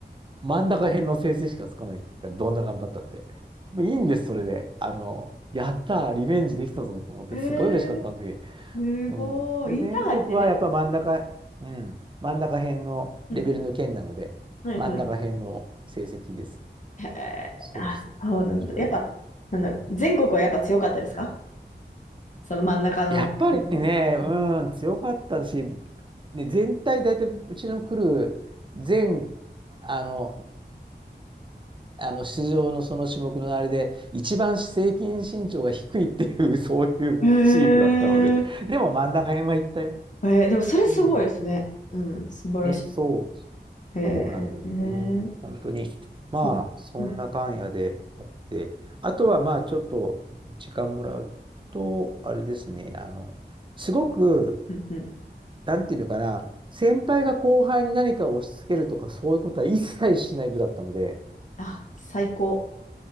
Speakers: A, on the right; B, on the left.
A: 真ん中辺の成績しかつかないから、どんな頑張ったって。もういいんです、それで。あの、やったー、リベンジできたぞと思って、
B: え
A: すごい嬉しかったん時。
B: ーすごい。
A: うん。で、全国はやっぱ真ん中、
B: インターハイってね。
A: うん、真ん中辺のレベルの県なので、
B: うんうん。はいはい。
A: 真ん中辺の成績です。
B: へえ。
A: そうそう。
B: あ、そうなんだ。
A: 強かっ
B: やっぱ、なんだろう。全国はやっぱ強かったですかその真ん中のレベルで。
A: た。やっぱりね、
B: うん
A: うん、強かったし、ね、全体大体うちの来る全、あの、あの出場のその種目のあれで、一番平均身長が低いっていう <laughs> そういうチームだったので、
B: へえ。
A: でも真ん中辺は行ったよ。
B: えー、でもそれすごいですね。
A: うん。
B: うん、素晴らしい。
A: ね、そう、
B: へ
A: そうなんですね。
B: え。へえ
A: 本当に。まあ、
B: そう。
A: そんな感やであって、
B: うん、
A: あとはまあ、ちょっと時間もらうと、あれですね、あの、すごく、
B: うん、うん。
A: なんていうのかな、先輩が後輩に何かを押し付けるとか、そういうことは一切しない部だったので、
B: あ、最高。